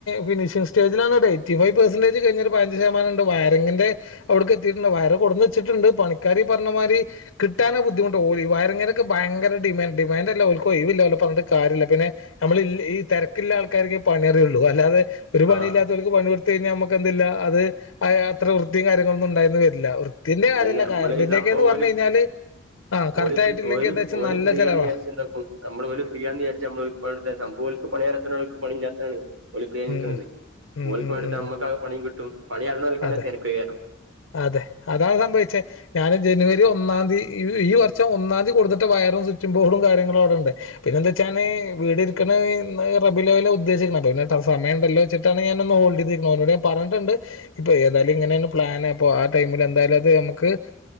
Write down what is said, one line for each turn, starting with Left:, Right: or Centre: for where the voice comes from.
Left: ഫിനിഷിംഗ് സ്റ്റേജിലാണ് എയ്റ്റി ഫൈവ് പെർസെന്റേജ് കഴിഞ്ഞ അഞ്ച് ശതമാനംണ്ട് വയറിിന്റെ അവിടുക്ക് എത്തിയിട്ടുണ്ട് വയറി കൊടുന്ന് വെച്ചിട്ടുണ്ട് പണിക്കാരി പറഞ്ഞ മാതി കിട്ടാനോ ബുദ്ധിമുട്ട ഓലി വയറിങ്ങിിനൊക്കെ ഭയങ്കര ഡിമാൻഡ ഡിമാൻഡ്ല്ലഓ ഒഴവില്ലല്ലെ പറഞ്ഞിട്ട് കാര്യമില്ല പിന്നെ നമ്മള ഈ തിരക്ക്‌ല്ലാ ആൾക്കാർക്ക്‌ പണിയറിയുള്ളൂ അല്ലാതെ ഒരു പണിയില്ലാത്തവർക്ക്
Right: ആഹ്
Left: പണി കഴിഞ്ഞ നമുക്ക എന്ത്‌ല്ല അത് അത്ര വൃത്തിയും കാര്യങ്ങളൊന്നും ഉണ്ടായന്ന് വരില്ല വൃത്തിന്റെ
Right: അതന്നെ
Left: കാര്യമല്ല
Right: നമ്മള്
Left: കറണ്ടിന്റെയൊക്കെന്ന്
Right: ഈ സംഭവംഓര്
Left: പറഞ്ഞു കഴിഞ്ഞാല് ആ
Right: ഓ
Left: കറക്റ്റ് ആയിട്ടില്ലെങ്കിൽ എന്താ വെച്ചാൽ
Right: ഓല
Left: നല്ല
Right: ഫ്രീ
Left: ചെലവാ
Right: ആന്ന് വിചാരിച്ച എന്താക്കും നമ്മൾ ഓല ഫ്രീന്ന് വിചാര്ച്ചാ നമ്മള് ഇപ്പഴത്തെ പോലക്ക് പണിയാർഥംണ്ട് പണിഞാൻ തന്നെ ഒളിപ്പ നിൽക്കണുന്നത്
Left: ഉം ഉം ഉം
Right: ഒളിപ്പണ്ടത്തെ
Left: ഉം ഉം
Right: അമ്മക്കക
Left: ഉം
Right: പണിയും കിട്ടും പണിയറിണോൽക്കാണെ
Left: അത്
Right: തെരക്കേക്കാരം
Left: അതെ അതാണ് സംഭവിച്ചേ ഞാന് ജനുവരി ഒന്നാം തി ഈ ഈ വർഷം ഒന്നാംതി കൊടുന്നിട്ട വയറും സ്ച്ചിം ബോർഡും കാര്യങ്ങളും അവിടെ ഉണ്ട് പിന്നെ എന്താ വെച്ചാന് വീട് ഇട്ക്ണത് റബീഉൽ അവ്വലിലാ ഉദ്ദേശിക്കണ അപ്പ പിന്നെ സമയംണ്ടല്ലോ വെച്ചിട്ടാണ് ഞാനൊന്ന് ഹോൾഡ് ചെയ്തിരിക്ക്ണെ ഓരോട് ഞാൻ പറഞ്ഞിട്ട്ണ്ട് ഇപ്പൊ ഏതായാലും ഇങ്ങനേണ് പ്ലാന് അപ്പൊ ആ ടൈമിൽ എന്തായാലും അത് നമുക്ക്